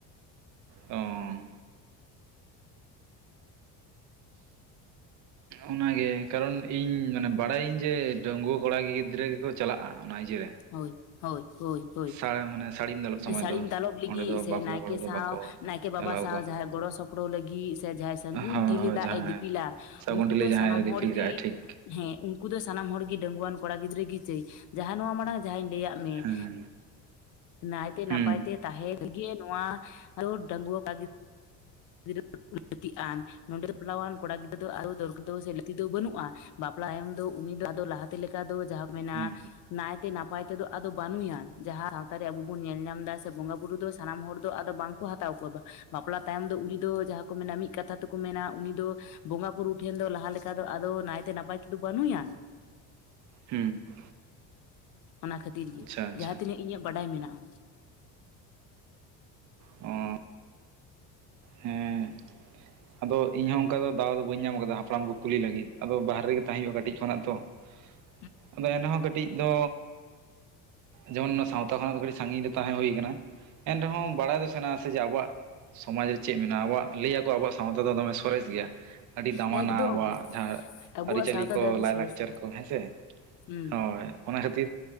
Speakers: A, on the right; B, on the left.
A: ᱚ ᱚᱱᱟ ᱜᱮ ᱠᱟᱨᱚᱱ ᱤᱧ ᱢᱟᱱᱮ ᱵᱟᱲᱟᱭᱟᱹᱧ ᱡᱮ ᱰᱟᱺᱜᱩᱣᱟᱹ ᱠᱚᱲᱟ ᱜᱤᱫᱽᱨᱟᱹ ᱜᱮ ᱠᱚ ᱪᱟᱞᱟᱜᱼᱟ ᱚᱱᱟ ᱤᱭᱟᱹ ᱨᱮ
B: ᱦᱳᱭ ᱦᱳᱭ ᱦᱳᱭ ᱦᱳᱭ
A: ᱥᱟᱲ ᱢᱟᱱᱮ ᱥᱟᱹᱲᱤᱢ ᱫᱟᱞᱚᱵ ᱥᱚᱢᱚᱭ
B: ᱥᱟᱹᱲᱤᱢ
A: ᱫᱚ
B: ᱫᱟᱞᱚᱵ ᱞᱟᱹᱜᱤᱫ
A: ᱚᱸᱰᱮ ᱫᱚ
B: ᱥᱮ
A: ᱵᱟᱯᱞᱟ
B: ᱱᱟᱭᱠᱮ
A: ᱠᱚᱲᱟ ᱫᱚ
B: ᱥᱟᱶ
A: ᱵᱟᱠᱚ
B: ᱱᱟᱭᱠᱮ ᱵᱟᱵᱟ
A: ᱮᱞᱟᱣ
B: ᱥᱟᱶ
A: ᱠᱚᱣᱟ
B: ᱡᱟᱦᱟᱸᱭ ᱜᱚᱲᱚ <inaudible> <unintelligible> ᱞᱟᱹᱜᱤᱫ ᱥᱮ ᱡᱟᱦᱟᱸᱭ ᱥᱟᱹᱜᱩᱱ
A: ᱦᱳᱭ
B: ᱴᱷᱤᱞᱤ
A: ᱦᱳᱭ
B: ᱫᱟᱜ
A: ᱡᱟᱦᱟᱸᱭ
B: ᱮ ᱫᱤᱯᱤᱞᱟ
A: ᱥᱟᱹᱜᱩᱱ
B: ᱩᱱᱠᱩ
A: ᱴᱷᱤᱞᱤ
B: ᱫᱚ
A: ᱡᱟᱦᱟᱸᱭ
B: ᱥᱟᱱᱟᱢ
A: ᱫᱤᱯᱤᱞ
B: ᱦᱚᱲ ᱜᱮ
A: ᱠᱟᱜᱼᱟᱭ ᱴᱷᱤᱠ
B: ᱦᱮᱸ ᱩᱱᱠᱩ ᱫᱚ ᱥᱟᱱᱟᱢ ᱦᱚᱲ ᱜᱤ ᱰᱟᱺᱜᱣᱟᱹᱟᱱ ᱠᱚᱲᱟ ᱜᱤᱫᱽᱨᱟᱹ ᱜᱮ ᱪᱟᱹᱭ ᱡᱟᱦᱟᱸ ᱱᱚᱣᱟ ᱢᱟᱲᱟᱝᱼᱼ ᱡᱟᱦᱟᱸᱧ ᱞᱟᱹᱭᱟᱜ ᱢᱮᱼᱼ
A: ᱦᱮᱸ
B: ᱱᱟᱭᱛᱮ ᱱᱟᱯᱟᱭ
A: ᱦᱩᱸ
B: ᱛᱮ ᱛᱟᱦᱮᱸᱱ ᱜᱮ ᱱᱚᱣᱟ ᱰᱟᱝᱜᱩᱣᱟᱹ ᱠᱟ <unintelligible> ᱼᱼ ᱜᱤᱫᱽᱨᱟᱹ <unintelligible> ᱱᱚᱸᱰᱮ ᱵᱟᱯᱞᱟᱣᱟᱱ ᱠᱚᱲᱟ ᱜᱤᱫᱽᱨᱟᱹ ᱫᱚ <unintelligible> ᱞᱟᱹᱠᱛᱤ ᱫᱚ ᱵᱟᱹᱱᱩᱜᱼᱟ ᱾ ᱵᱟᱯᱞᱟ ᱛᱟᱭᱚᱢ ᱫᱚ ᱩᱱᱤ ᱫᱚ ᱟᱫᱚ ᱞᱟᱦᱟ ᱛᱮ ᱞᱮᱠᱟ ᱫᱚ ᱡᱟᱦᱟᱸ ᱠᱚ ᱢᱮᱱᱟᱼᱼ
A: ᱦᱮᱸ
B: ᱱᱟᱭᱛᱮ ᱱᱟᱯᱟᱭ ᱛᱮᱫᱚ ᱟᱫᱚ ᱵᱟᱹᱱᱩᱭᱟ ᱡᱟᱦᱟᱸ ᱥᱟᱶᱛᱟ ᱨᱮ ᱟᱵᱚ ᱵᱚᱱ ᱧᱮᱞ ᱧᱟᱢ ᱮᱫᱟ ᱥᱮ ᱵᱚᱸᱜᱟ ᱵᱩᱨᱩ ᱫᱚ ᱥᱟᱱᱟᱢ ᱦᱚᱲ ᱫᱚ ᱟᱫᱚ ᱵᱟᱝᱼᱼ ᱦᱟᱛᱟᱣ ᱠᱚᱣᱟ ᱵᱟᱯᱞᱟ ᱛᱟᱭᱚᱢ ᱫᱚ ᱩᱱᱤ ᱫᱚ ᱡᱟᱦᱟᱸ ᱠᱚ ᱢᱮᱱᱟ ᱢᱤᱫ ᱠᱟᱛᱷᱟ ᱛᱮᱠᱚ ᱢᱮᱱᱟ ᱩᱱᱤ ᱫᱚᱼᱼ ᱵᱚᱸᱜᱟ ᱵᱩᱨᱩ ᱴᱷᱮᱱ ᱫᱚ ᱞᱟᱦᱟ ᱞᱮᱠᱟ ᱫᱚ ᱟᱫᱚ ᱱᱟᱭᱛᱮ ᱱᱟᱯᱟᱭ ᱛᱮ ᱫᱚ ᱵᱟᱹᱱᱩᱭᱟ ᱾
A: ᱦᱩᱸ ᱾
B: ᱚᱱᱟ ᱠᱷᱟᱹᱛᱤᱨ ᱜᱮ
A: ᱟᱪᱪᱷᱟ ᱟᱪᱪᱷᱟ
B: ᱡᱟᱦᱟᱸᱛᱤᱱᱟᱹᱜ ᱤᱧᱟᱹᱜ ᱵᱟᱰᱟᱭ ᱢᱮᱱᱟᱜᱼᱟ
A: ᱚ ᱦᱮᱸ ᱟᱫᱚ ᱤᱧ ᱦᱚᱸ ᱚᱱᱠᱟ ᱫᱚ ᱫᱟᱣ ᱫᱚ ᱵᱟᱹᱧ ᱧᱟᱢ ᱟᱠᱟᱫᱟ ᱦᱟᱯᱲᱟᱢ ᱠᱚ ᱠᱩᱞᱤ ᱞᱟᱹᱜᱤᱫ ᱟᱫᱚ ᱵᱟᱦᱨᱮ ᱨᱮᱜᱮ ᱛᱟᱦᱮᱸ ᱦᱩᱭᱩᱜᱼᱟ ᱠᱟᱹᱴᱤᱡ ᱠᱷᱚᱱᱟᱜ ᱛᱚ ᱾
B: <inaudible>
A: ᱟᱫᱚ ᱮᱱ ᱦᱚᱸ ᱠᱟᱹᱼᱼ ᱴᱤᱡ ᱫᱚ ᱡᱮᱢᱚᱱ ᱱᱚᱣᱟ ᱥᱟᱶᱛᱟ ᱠᱷᱚᱱᱟᱜ ᱫᱚ ᱠᱟᱹᱴᱤᱡ ᱥᱟᱺᱜᱤᱧ ᱨᱮ ᱛᱟᱦᱮᱸ ᱦᱩᱭ ᱟᱠᱟᱱᱟ ᱾ ᱮᱱ ᱨᱮᱦᱚᱸ
B: ᱦᱩᱸ
A: ᱵᱟᱲᱟᱭ ᱫᱚ ᱥᱟᱱᱟᱣᱟ ᱥᱮ ᱡᱮ ᱟᱵᱚᱣᱟᱜ ᱥᱚᱢᱟᱡᱽ ᱨᱮ ᱪᱮᱫ ᱢᱮᱱᱟᱜᱼᱟ ᱟᱵᱚᱣᱟᱜ ᱞᱟᱹᱭ ᱟᱠᱚ ᱟᱵᱚᱣᱟᱜᱼᱼ ᱥᱟᱶᱛᱟ ᱫᱚ ᱫᱚᱢᱮ ᱥᱚᱨᱮᱥ ᱜᱮᱭᱟ ᱾ ᱟᱹᱰᱤ ᱫᱟᱢᱟᱱᱟ
B: ᱮᱠᱫᱚᱢ
A: ᱟᱵᱚᱣᱟᱜ ᱡᱟᱦᱟᱸ
B: ᱟᱵᱚᱣᱟᱜ
A: ᱟᱹᱨᱤᱪᱟᱹᱞᱤ
B: ᱥᱟᱶᱛᱟ
A: ᱠᱚ
B: ᱫᱚ ᱟᱹᱰᱤ
A: ᱞᱟᱭᱼᱞᱟᱠᱪᱟᱨ
B: ᱥᱚᱨᱮᱥᱟ
A: ᱠᱚ ᱦᱮᱸᱥᱮ ᱾
B: ᱦᱩᱸ
A: ᱦᱳᱭ ᱚᱱᱟ ᱠᱷᱟᱹᱛᱤᱨ